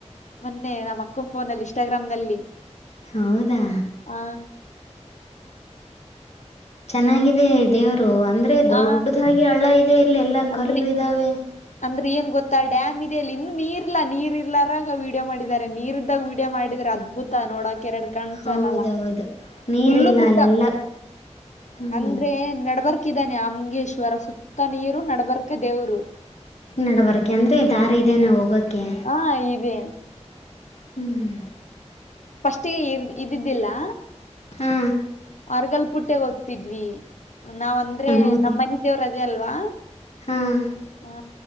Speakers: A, on the left; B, on the left.
A: ಮೊನ್ನೆ ನಮ್ಮ್ ಅಕ್ಕನ್ ಫೋನಲ್ಲಿ ಇಸ್ಟಾಗ್ರಾಮ್ ನಲ್ಲಿ
B: ಹೌದಾ
A: ಹಾ
B: ಚೆನ್ನಾಗಿದೆ ದೇವರು ಅಂದ್ರೆ ದೊಡ್ಡದಾಗಿ
A: ಆ
B: ಹಳ್ಳ ಇದೆ ಇಲ್ಲಿ ಎಲ್ಲಾ
A: ಅಂದ್ರಿ
B: ಕಲ್ಲು ಇದ್ದಾವೆ.
A: ಅಂದ್ರೆ ಏನ್ ಗೊತ್ತಾ ಡ್ಯಾಮ್ ಇದದೆಲ್ಲಿ ಇನ್ನು ನೀರ್ ಇಲ್ಲ ನೀರ್ ಇಲ್ಲಾರಾಗ ವೀಡಿಯೋ ಮಾಡಿದಿದ್ದಾರೆ ನೀರ್ ಇದ್ದಾಗ ವೀಡಿಯೋ ಮಾಡಿದ್ರೆ ಅದು ಬುತ್ತಾ ನೋಡಾಕ ಎರಡು ಕಾಣ್
B: ಹೌದೌದು
A: ಸಲ್ಲಲ್ಲ
B: ನೀರಿಲ್ಲ
A: ಫುಲ್ಲು ಗುಡ್ಡ
B: ಅಲ್ಲೆಲ್ಲ ಹ್ಞೂ
A: ಅಂದ್ರೆ ನಡ್ಬರ್ ಹಾಕಿದ್ದಾನೆ ಅಮಂಗೇಶ್ವರ ಸುತ್ತ ನೀರು ನಡಬರ್ಕ ದೇವ್ರು
B: ನಡಬರಕೆ ಅಂದ್ರೆ ದಾರಿ ಇದದೆನ ಹೋಗೋಕೆ?
A: ಹಾ ಇದೇ.
B: ಹ್ಮ್
A: ಫಸ್ಟ್ಗೆ ಇದ್ದಿದ್ದಿಲ್ಲಾ?
B: ಹಾ
A: ಹೊರಗಲ್ ಪುಟ್ಟೆಗ್ ಓದ್ತಿದ್ವಿ ನಾವ್ ಅಂದ್ರೆ
B: ಹೌದು
A: ನಮ್ಮ್ ಮನೆ ದೇವ್ರ ಅದೇ ಅಲ್ವಾ
B: ಹಾಂ
A: ಹಾ